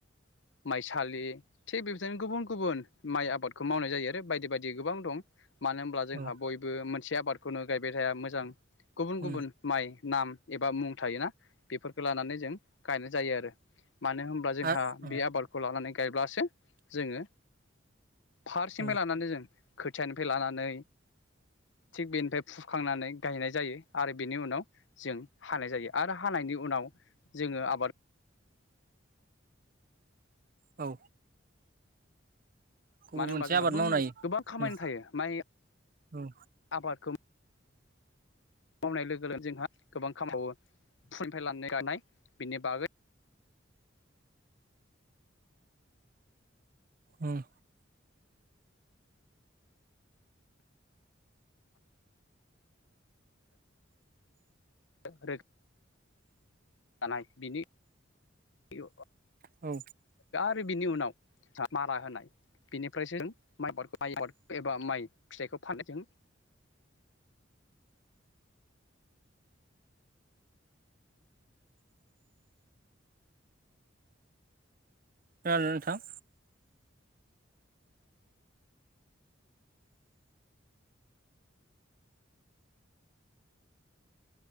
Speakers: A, on the left; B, on the right.
A: माइसालि थिग बेबदिनो गुबुन गुबुन माइ आबाद खौ मावनाय जायो आरो बायदि बायदि गोबां दं मानो होमब्ला जोंहा
B: औ
A: बयबो मोन से आबादखौनो गायबाय थाया मोजां गुबुन
B: उम
A: गुबुन माइ नाम एबा मुं थायोना? बेफोरखो लानानै जों गायनाय जायो आरो मानो होमबा जोंहा
B: आरो औ
A: बे आबादखौ लानानै गायब्लासो जोङो फारसेनिफ्राय
B: औ
A: लानानै जों खोथियानिफ्राय लानानै थिग बेनिफ्राय फुखांनानै गायनाय जायो आरो बेनि उनाव जों हानाय जायो आरो हानायनि उनाव जोङो आबाद
B: औ गुबुन
A: मानो
B: मोनसे
A: होनबा जों
B: आबाद
A: गुबुन
B: मावनो हायो
A: गोबां खामानि
B: औ
A: थायो माइ
B: औ
A: आबादखौ मावनाय लोगो लोगो जोंहा गोबां खाम मावो ओमफ्राय लानाय गानाय बेनि बागै
B: उम
A: <unintelligible> थानाय बिनि <unintelligible>
B: औ
A: रो बिनि उनाव आ मारा होनाय बिनिफ्रायसो जों माइ बाद माइ आबाद एबा माइ फिथाइखौ फाननायजों
B: खोनादोंना नोंथां?